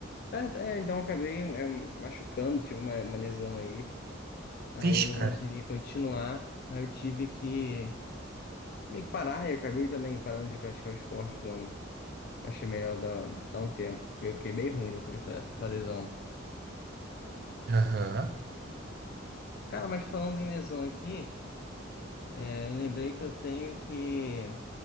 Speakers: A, on the left; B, on the right.
A: Cara, é, então eu acabei é, machucando, tive uma, uma lesão aí. Aí
B: Vixe,
A: eu não
B: cara.
A: consegui continuar. Aí eu tive que meio que parar, e eu acabei também parando de praticar o esporte, então achei melhor dar, dar um tempo. Eu fiquei bem ruim depois da, da lesão.
B: Aham,
A: Cara, mas falando em lesão aqui, é, eu lembrei que eu tenho que